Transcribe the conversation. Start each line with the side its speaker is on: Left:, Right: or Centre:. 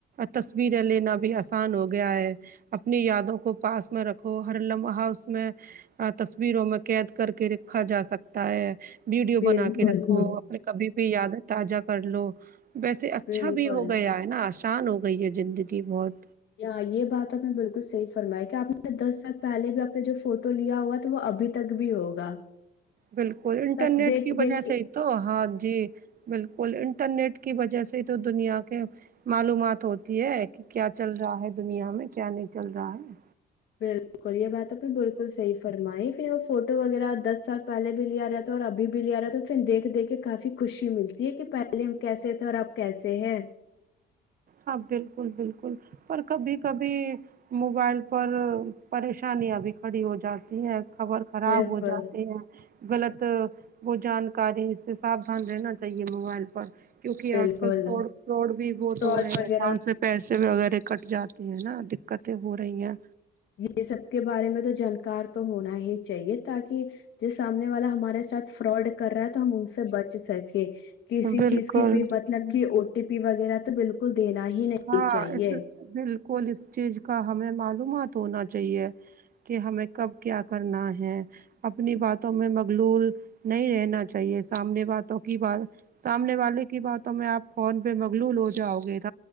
Right: تصویریں لینا بھی آسان ہوگا گیا ہے اپنی یادوں کو پاس میں رکھو ہر لمحہ اس میں تصویروں میں قید کر کے رکھا جا سکتا ہے ویڈیو
Left: بالکل
Right: بنا کے رکھو اپنے کبھی بھی یاد جا کر لو ویسے اچھا
Left: بالکل
Right: بھی ہو گیا ہے نا آ آسان ہو گئی ہے زندگی بہت
Left: ہاں یہ بات آپ نے بالکل صحیح فرمیا کہ آپ نے دس سال پہلے بھی اپ نے جو فوٹو لیا ہوا تو وہ ابھی تک بھی ہوگا
Right: بالکل انٹرنیٹ
Left: سب دیکھ
Right: کی
Left: دیکھ
Right: وجہ
Left: کے
Right: سے ہی تو ہاں جی بالکل انٹرنیٹ کی وجہ سے تو دنیا کے معلومات ہوتی ہے کہ کیا چل رہا ہے دنیا میں کیا نہیں چل رہا ہے
Left: بالکل یہ بات نے بالکل صحیح فرمائی پھر وہ فوٹو وغیرہ دس سال پہلے بھی لے آ رہا تھا اور ابھی بھی لے آ رہا تھا پھر دیکھ دیکھ کے کافی خوشی ملتی ہے کہ پہلے ہم کیسے تھے اور اب کیسے ہیں
Right: ہاں بالکل بالکل پر کبھی کبھی موبائل پر پریشانیاں بھی کھڑی ہو جاتی ہیں خبر خراب
Left: بالکل
Right: ہو جاتے ہیں غلط وہ جانکاری اس سے ساابدھان رہنا چاہیے موبائل پر کیونکہ
Left: بالکل
Right: آج کل فراڈ فراڈ بھی بہت
Left: فراڈ
Right: تو اکاؤنٹ
Left: وغیرہ
Right: سے پیسے وغیرہ کٹ جاتی ہے نا قتیں ہو رہی ہیں
Left: یہ سب کے بارے میں تو جانکار تو ہونا ہی چاہیے تاکہ جو سامنے والا ہمارے ساتھ فراڈ کر رہا ہے تو ہم ان سے بچ سکے کسی
Right: بالکل
Left: چیز کی بھی مطلب کی او ٹی پی وغیرہ وغیرہ تو بالکل دینا ہی نہیں
Right: ہاں
Left: چاہیے
Right: اس بالکل اس چیز کا ہمیں معلومات ہونا چاہیے کہ ہمیں کب کیا کرنا ہے اپنی باتوں میں مغلول نہیں رہنا چاہیے سامنے باتوں کی بات سامنے والے کی باتوں میں آپ فون پہ مغلول ہو جاؤ گے